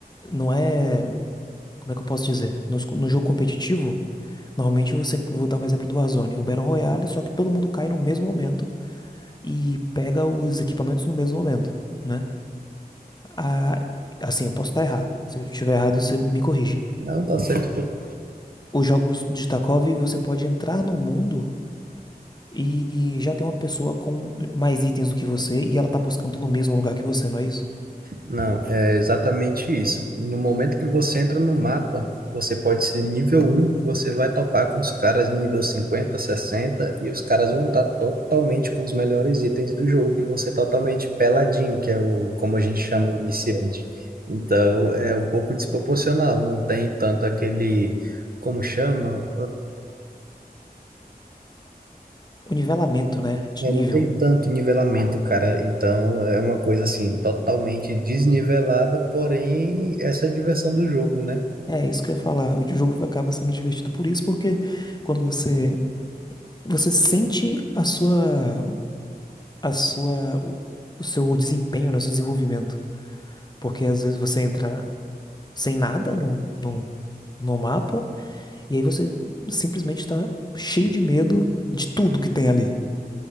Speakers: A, on the left (about 25°); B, on the right (about 65°).
A: não é. Como é que eu posso dizer? Nos- No, jogo competitivo, normalmente você, vou dar um exemplo do Warzone, é um Battle Royale, só que todo mundo cai no mesmo momento e pega os equipamentos no mesmo momento, né? Ah, assim, eu posso estar errado. Se eu estiver errado, você me corrija.
B: Não tá certo.
A: Os jogos de Tarkov, você pode entrar no mundo e já tem uma pessoa com mais itens do que você e ela tá buscando no mesmo lugar que você, não é isso?
B: Não, é exatamente isso. No momento que você entra no mapa, você pode ser nível um, você vai topar com os caras nível 50, 60 e os caras vão estar totalmente com os melhores itens do jogo, e você totalmente peladinho, que é o como a gente chama o iniciante. Então, é um pouco desproporcional, não tem tanto aquele, como chama?
A: O nivelamento, né? De
B: É,
A: nível.
B: não tem tanto nivelamento, cara. Então é uma coisa assim, totalmente desnivelada, porém essa é a diversão do jogo, né?
A: É isso que eu ia falar. O jogo acaba sendo divertido por isso, porque quando você você sente a sua, a sua, o, o seu desempenho, né, o seu desenvolvimento. Porque às vezes você entra sem nada no, no, no mapa e aí você simplesmente está cheio de medo de tudo que tem ali.